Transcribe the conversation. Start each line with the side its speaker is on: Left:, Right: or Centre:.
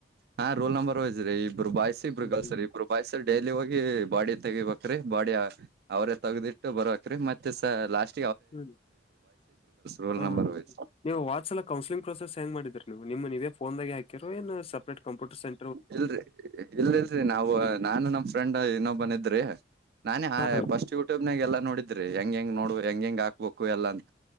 Right: ಹಾ ರೋಲ್ ನಂಬರ ರೀ ಇಬ್ರು ಬಾಯ್ಸ ಇಬ್ಬರು
Left: ಹ್ಮ್
Right: ಕಲ್ಸರಿ
Left: ಹ್ಮ್
Right: ಇಬ್ಬರು ಬಾಯ್ಸ ಡೈಲಿ ಹೋಗಿ ಬಾಡಿ ತಗಿಬೇಕ್ರೀ ಬಾಡಿ ಅವರೇ ತಗದಿ ಬರರುವಕ್ ರೀ ಮತ್ತೆ ಸ ಲಾಸ್ಟ್
Left: ಹ್ಮ್
Right: ರೋಲ್
Left: ಹ
Right: ನಂಬರ್
Left: ಹ
Right: ವೈಸ್
Left: ನೀವು ವಾಟ್ಸ ಎಲ್ಲ ಕೌನ್ಸ್ಲಿಂಗ್ ಪ್ರೊಸೆಸ್ ಹೆಂಗ್ ಮಾಡಿದ್ರರಿ ನೀವು ನಿಮ ನೀವ ಫೋನ್ದಾಗ ಹಕಿರ ಏನು ಸಪ್ರೇ ಕಂಪ್ಯೂಟರ್ ಸೆಂ
Right: ಇಲ್ರರಿ ಇಲ್ ಇಲ್ರಿ ನಾವವು ನಾನು ನಮ್ ಫ್ರೆಂಡ್ ಇನ್ನೊಬ್ಬನ ಇದ್ರಿ ನಾನೇ ಹ
Left: ಹಾ
Right: ಫಸ್ಟ್ ಯೂಟ್ಯೂಬ್ನಾಗ ಎಲ್ಲಾ ನೋಡಿದ್ರಿ ಹೆಂಗ ಹೆಂಗ್ ನೋಡ್ ಹೆಂಗ ಹೆಂಗ್ ಹಾಕ್ಬೇಕು ಎಲ್ಲಾಂತ